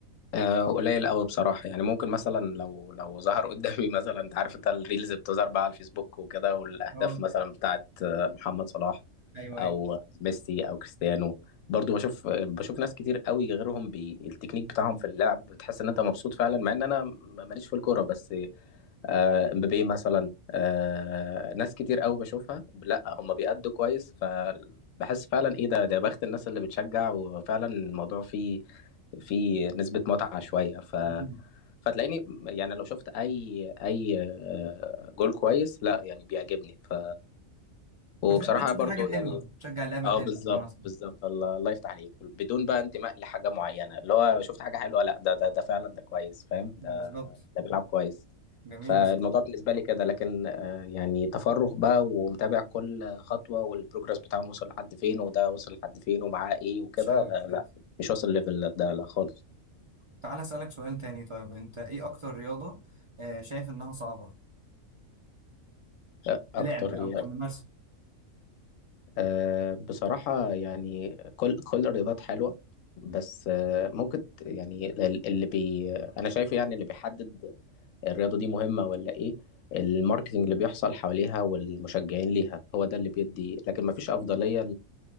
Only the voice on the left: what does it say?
آه، قليل قوي بصراحة يعني ممكن مثلا لو لو ظهر قدامي <laughs> مثلا انت عارف انت الريلز بتظهر بقى على الفيسبوك وكده والاهداف
مثلا بتاعت آه، محمد صلاح
او
ميسي او كريستيانو برضو بشوف بشوف ناس كتير قوي غيرهم بالتكنيك بتاعهم في اللعب بتحس ان انت مبسوط فعلا مع ان انا م- ماليش في الكورة بس آه، امبابي مثلا آه، ناس كتير قوي بشوفها لا هم بيأدوا كويس فبحس فعلا ايه ده ده بخت الناس اللي بتشجع وفعلا الموضوع فيه فيه نسبة متعة شوية ف
فتلاقيني يعني لو شفت اي اي آه، جول كويس لا يعني بيعجبني ف وبصراحة
برضو
يعني
اه
بالظبط
بالظبط الله الله يفتح عليك بدون بقى انتماء لحاجة معينة اللي هو شفت حاجة حلوة لا ده ده ده فعلا ده كويس فاهم ده
بيلعب كويس
فالموضوع
بالنسبة لي كده لكن آه، يعني تفرغ بقى ومتابع كل خطوة والبروجرس بتاعهم وصل لحد فين وده وصل لحد فين ومعاه ايه وكده
آه،
لا مش واصل ليفل ده لا خالص
آه، اكتر
يعني
آه، بصراحة يعني كل كل الرياضات حلوة بس آه، ممكن ت- يعني ال- اللي بي انا شايفه يعني اللي بيحدد الرياضة دي مهمة ولا ايه الماركتينج اللي بيحصل حواليها والمشجعين ليها هو ده اللي بيدي لكن مفيش أفضلية